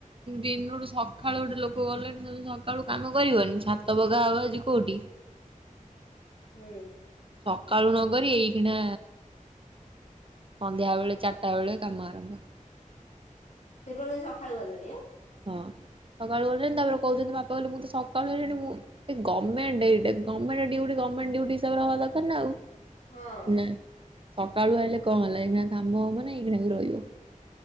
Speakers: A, on the right (about 40°); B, on the left (about 60°).
A: ଦିନଠୁ ସକାଳୁ ଗୋଟେ ଲୋକ ଗଲେଣି ତମେ ସକାଳୁ କାମ କରିବନି ଛା ତ ପକାହବ ଆଜି କୋଉଠି?
B: ହୁଁ।
A: ସକାଳୁ ନ କରି ଏଇଖୀଣା। ସନ୍ଧ୍ୟା ବେଳେ ଚାରିଟା ବେଳେ କାମ ଆରମ୍ଭ।
B: ସେ ଫେରେ ସଖାଳୁ ଗଲେଣି।
A: ହଁ ସକାଳୁ ଗଲେଣି ତାପରେ କହୁଛନ୍ତି ବାପା କହିଲେ ମୁଁ ତ ସକାଳୁ ଆଇଲିଣି ମୁଁ। ଯଦି ଗମେଣ୍ଟ ଏଇଟା ଗମେଣ୍ଟ ଡିଉଟି ଗମେଣ୍ଟ ଡିଉଟି ହିସାବରେ ହବା ଦରକାର ନା ଆଉ।
B: ହଁ
A: ନା ସକାଳୁ ଆଇିଲେ କଁ ହେଲା ଏଇଖିଣା କାମ ହବ ମାନେ ଏଇଖିଣା ବି ରହିବ।